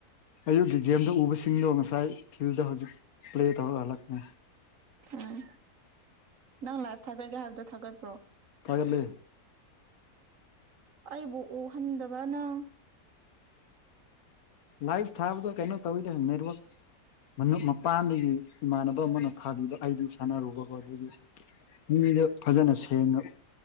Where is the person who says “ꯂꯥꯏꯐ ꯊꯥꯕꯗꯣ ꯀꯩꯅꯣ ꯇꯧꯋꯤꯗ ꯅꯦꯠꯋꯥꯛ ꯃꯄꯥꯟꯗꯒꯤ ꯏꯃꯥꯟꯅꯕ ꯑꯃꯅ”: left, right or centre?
Left